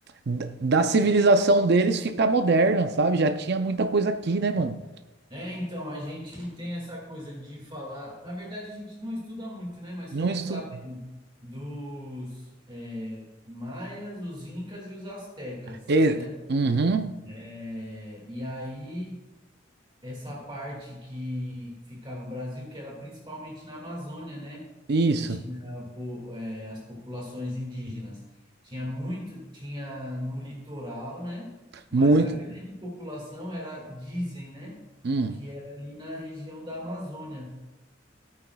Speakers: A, on the right; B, on the right.
A: da civilização deles ficar moderna, sabe? Já tinha muita coisa aqui, né, mano?
B: É, então, a gente tem essa coisa de falar. Na verdade, a gente não estuda muito, né? Mas
A: Não
B: fica
A: estu...
B: sabendo dos é, maias, os incas e os astecas,
A: É,
B: né?
A: uhum,
B: É, e aí essa parte que ficava o Brasil, que era principalmente na Amazônia, né?
A: isso,
B: Que tinha po- eh, as populações indígenas. Tinha muito, tinha no litoral, né? Mas
A: muito.
B: a grande população era, dizem, né?
A: Hum.
B: Que era ali na região da Amazônia.